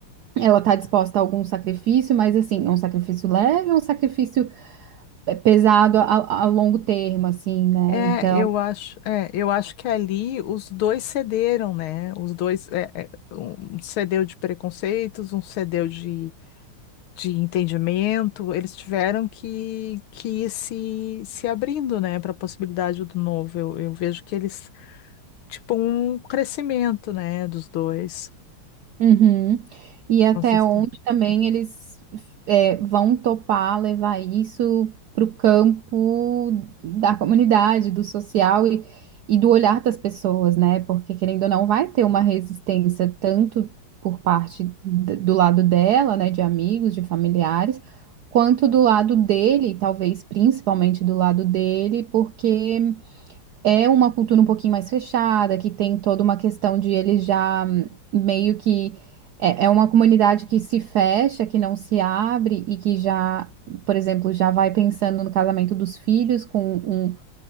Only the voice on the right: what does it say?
ela está disposta a algum sacrifício, mas assim, é um sacrifício leve, é um sacrifício eh, pesado a, a longo termo, assim, né?
Então.
Uhum. E até
onde
também eles é, vão topar levar isso para o campo da comunidade, do social e, e do olhar das pessoas, né? Porque querendo ou não, vai ter uma resistência tanto por parte d- do lado dela, né, de amigos, de familiares, quanto do lado dele, talvez principalmente do lado dele, porque é uma cultura um pouquinho mais fechada, que tem toda uma questão de eles já hum, meio que é, é uma comunidade que se fecha, que não se abre e que já, por exemplo, já vai pensando no casamento dos filhos com um,